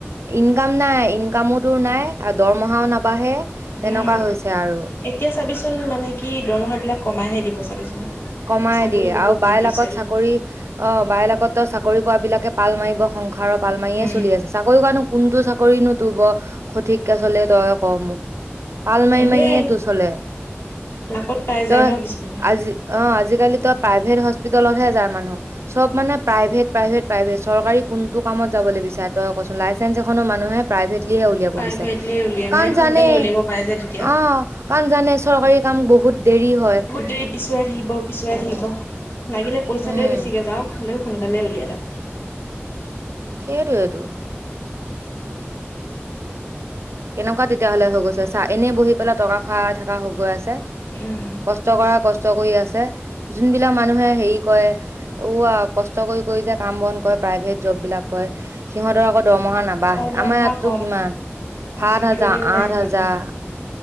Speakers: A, on the right (about 70°); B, on the left (about 60°).
A: ইনকাম নাই, ইনকামো তোৰ নাই আৰু দৰমহাও নাবাঢ়ে তেনেকুৱা
B: উম।
A: হৈছে আৰু।
B: এতিয়া চাবিচোন মানে কি দৰমহাবিলাক কমাইহে দিব চাবিচোন।
A: কমাই
B: চাকৰি
A: দিয়ে
B: বহুত
A: আৰু
B: দি
A: বাইলাকত
B: দিছে
A: চাকৰি অঁ' বাইলাকত তো চাকৰি পোৱা বিলাকে পাল মাৰিব, সংসাৰৰ পাল মাৰিয়ে
B: উম
A: চলি আছে চাওঁক। কৰানো কোনটো চাকৰি নো তোৰ বৰ সঠিককে চলে, তই ক মোক, পাল মাৰি
B: এনেই
A: মাৰি এ তোৰ চলে।
B: লাকত পাই যায়
A: তই
B: ন' কিছুমানে।
A: আজি অঁ' আজিকালিতো প্ৰাইভেট হস্পিতেলতহে যায় মানুহ। চব মানে প্ৰাইভেট প্ৰাইভেট প্ৰাইভেট চৰকাৰী কোনটো কামত যাবলে বিচাৰে তই কচোন লাইচেঞ্চ এখনো মানুহে প্ৰাইভেটলিহে উলিয়াব
B: প্ৰাইভেটলি
A: বিচাৰে
B: উলিয়াই মানে
A: কাৰণ
B: সোনকালে
A: জানে
B: উলিয়াব পাই যে তেতিয়া
A: অ কাৰণ জানে চৰকাৰী কাম বহুত দেৰি হয়।
B: বহুত দেৰি পিছুৱাই থাকিব পিছুৱাই থাকিব লাগিলে পইচাটোৱে
A: উম
B: বেছিকছ যাওক হলেও সোনকালে উলিয়াই লয়
A: সেইটোৱেটো কেনেকুৱা তেতিয়াহ'লে হৈ গৈছে চা এনেই বহি পেলাই টকা খোৱাই থকা হৈ গৈ আছে।
B: উম
A: কষ্ট কৰা কষ্ট কৰি আছে যোনবিলাক মানুহে হেৰি কৰে ওৱা কষ্ট কৰি কৰি যে কাম বন কৰে প্ৰাইভেট জব বিলাক কয়ে সিহঁতৰ আকৌ দৰমহা নাবাঢ়ে
B: অ দৰমহা
A: আমাৰ ইয়াততো
B: কম
A: কিমান
B: অ
A: সাত
B: চিকিউৰিটিও
A: হাজাৰ
B: নাই
A: আঠ
B: সিহঁতৰ।
A: হাজাৰ